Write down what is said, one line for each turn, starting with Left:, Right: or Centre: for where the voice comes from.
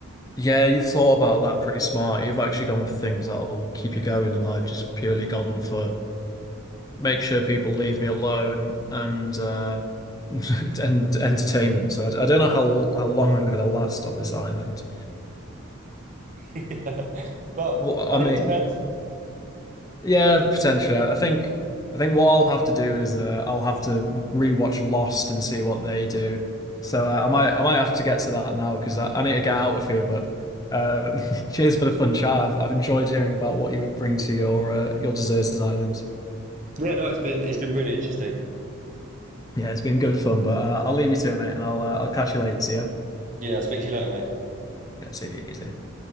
Left: Yeah, you've thought about that pretty smart. You've actually gone for things that'll keep you going, and I've just purely gone for make sure people leave me alone and uh <laughs> and entertainment. So I, I don't know how how long I'm going to last on this <laughs> island.
Right: Yeah. Well,
Left: Well, I
Right: I mean
Left: mean,
Right: it depends.
Left: yeah, potentially. I I think I think what I'll have to do is uh, I'll have to rewatch Lost and see what they do. So uh, I might I might have to get to that now because I, I need to get out of here. But uh, <laughs> cheers for the fun chat. I've I've enjoyed hearing about what you would bring to your uh, your deserted island.
Right: Yeah, no, it's been it's been really interesting.
Left: Yeah, it's been good fun. But uh, I'll leave you to it, mate, and I'll uh, I'll catch you later. Yeah.
Right: Yeah, I'll speak to you later, mate.
Left: Let's take it easy.